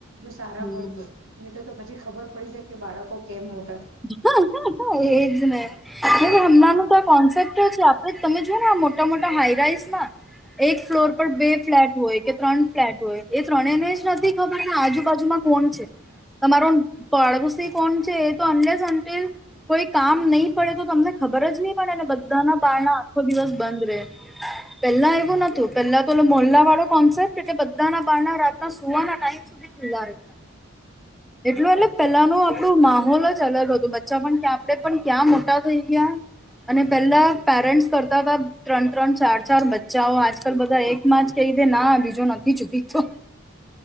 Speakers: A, on the right (about 80°); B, in the centre.
A: જો સારા
B: હમ
A: હોય તો નહીં તર તો પછી ખબર પડી જ કે બાળકો કેમ મો
B: <unintelligible> એજ ને હમણાં ન તો કોન્સેપ્ટ આપડે તમે જોઓ ને મોટા મોટા હાઈરાઈસ માં એક ફ્લોર પર બે ફ્લેટ હોય કે ત્રણ ફ્લેટ હોય. એ ત્રણે ને જ નથી ખબર ને આજુબાજુમાં કોણ છે, તમારો પાડોશી કોણ છે એ <unintelligible> કોઈ કામ નહી પડે તો તમને ખબર જ નહી પડે ને બધાના બારણા આખો દિવસ બંધ રહે, પહેલા એવું નતું પેલા તો ઓલો મોલ્લા વાળો કોન્સેપ્ટ એટલે બધાના બારણા રાતના સુવાના ટાઈમ સુધી ખુલ્લા રહેતા, એટલું એટલે પેલા નો આપણું માહોલ જ જ અલગ હતું. બચ્ચા પણ ક્યા આપણે પણ ક્યાં મોટા થઈ ગયા, અને પેલા પેરેન્ટ્સ કરતા તા ત્રણ-ત્રણ, ચાર-ચાર બચ્ચાઓ, આજકાલ બધા એકમાં જ કઈ દે ના બીજો નથી જોઈતો.